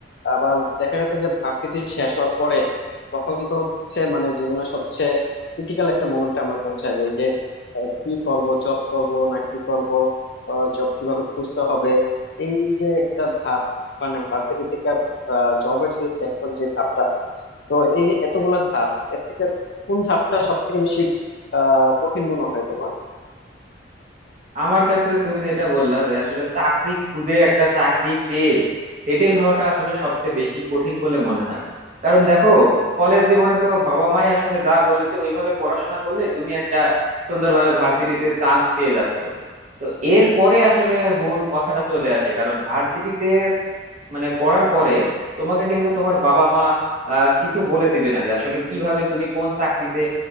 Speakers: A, on the left (about 65°); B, on the right (about 40°).
A: আবার দেখা গেছে যে ভার্সিটি শেষ হওয়ার পরে তখন তো হচ্ছে মানে জীবনের সবচেয়ে ক্রিটিক্যাল একটা মোমেন্টে আমরা পৌঁছায় যাই যে আহ, কি করব জব করব না কি করব জব কিভাবে খুঁজতে হবে এই যে একটা ধাপ মানে ভার্সিটি থেকে জবের যে সেক্টর যে ধাপটা তো এই যে এতগুলা ধাপ এর থেকে কোন ধাপটা সব থেকে বেশি আহ কঠিন মনে হয় তোমার
B: আমার কাছে তুমি যেটা বললা যে আসলে চাকরি খুঁজে একটা চাকরি পেয়ে সেটেল হওয়াটা আসলে সবচেয়ে বেশি কঠিন বলে মনে হয় কারণ দেখো কলেজ জীবনে তো বাবা মাই আসলে যা বলেছে ওইভাবে পড়াশোনা করলে তুমি একটা সুন্দরভাবে ভার্সিটিতে চান্স পেয়ে যাচ্ছ তো এরপরে আসলে মূল কথাটা চলে আসে কারণ ভার্সিটিতে মানে পড়ার পরে তোমাকে কিন্তু তোমার বাবা মা আহ, কিছু বলে দিবে না যে আসলে কিভাবে তুমি কোন চাকরিতে